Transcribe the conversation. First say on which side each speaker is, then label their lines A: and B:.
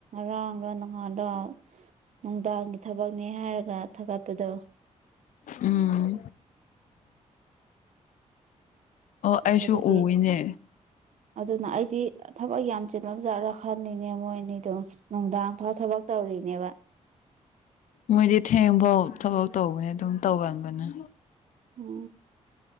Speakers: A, on the right; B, on the left.
A: ꯔꯥꯡ ꯔꯪꯅꯍꯥꯟꯗ ꯅꯨꯡꯗꯥꯡꯒꯤ ꯊꯕꯛꯅꯦ ꯍꯥꯏꯔꯒ ꯊꯥꯒꯠꯄꯗꯣ
B: ꯎꯝ ꯑꯣ ꯑꯩꯁꯨ
A: ꯑꯗꯨꯒꯤ
B: ꯎꯏꯅꯦ
A: ꯑꯗꯨꯅ ꯑꯩꯗꯤ ꯊꯕꯛ ꯌꯥꯝ ꯆꯤꯂ ꯆꯥꯠꯔꯥ ꯈꯜꯂꯤꯅꯦ ꯃꯣꯏꯅꯤꯗꯣ ꯅꯨꯡꯗꯥꯡ ꯐꯥ ꯊꯕꯛ ꯇꯧꯔꯤꯅꯦꯕ
B: ꯃꯣꯏꯗꯤ ꯊꯦꯡꯐꯥꯎ ꯊꯕꯛ ꯇꯧꯕꯅꯦ ꯑꯗꯨꯝ ꯇꯧꯒꯟꯕꯅꯦ
A: ꯎ